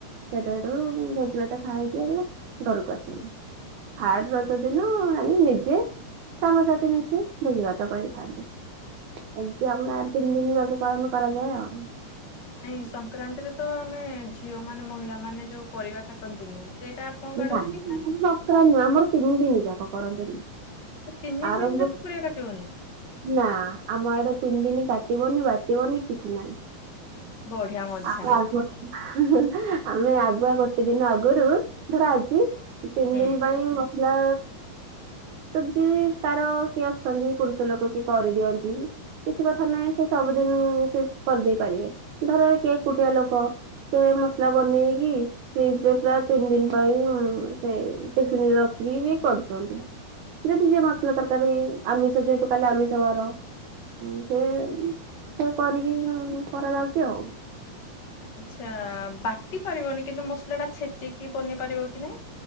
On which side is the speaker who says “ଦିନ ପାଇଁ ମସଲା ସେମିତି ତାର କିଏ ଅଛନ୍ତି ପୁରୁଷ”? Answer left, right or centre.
Right